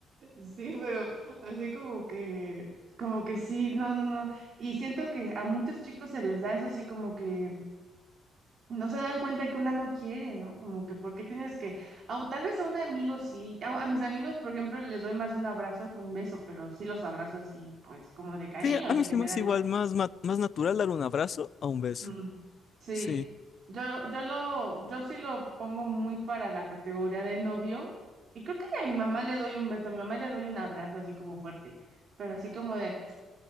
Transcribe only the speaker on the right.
Sí, pero así como que, como que sí, no, no, no. Y siento que a muchos chicos se les da eso así como que no se dan cuenta que una no quiere, ¿no? Como que ¿por qué tienes que, au- tal vez a un amigo sí, a, a mis amigos, por ejemplo, les doy más un abrazo que un beso, pero sí los abrazo así, pues como de cariño,
de
que
me
da gusto.
Mm, Sí,
yo, yo lo, yo sí lo pongo muy para la categoría de novio, y creo que ni a mi mamá le doy un beso, a mi mamá le doy un abrazo así como fuerte, pero así como de,